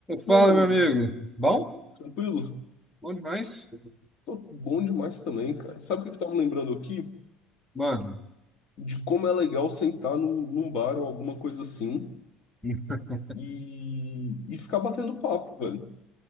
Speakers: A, in the centre; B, on the left (about 65°).
A: Fala,
B: E aí, meu amigo,
A: meu amigo. Bom?
B: tranquilo?
A: Bom demais?
B: Tô bom demais também, cara. Sabe o que que eu tava lembrando aqui?
A: Mano,
B: De como é legal sentar no, num bar ou alguma coisa assim
A: <laughs>
B: e, e ficar batendo papo, velho.